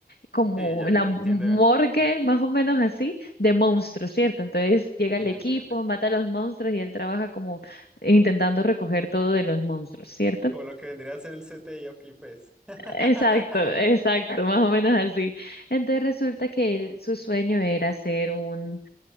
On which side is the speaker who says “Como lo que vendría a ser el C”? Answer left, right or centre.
Centre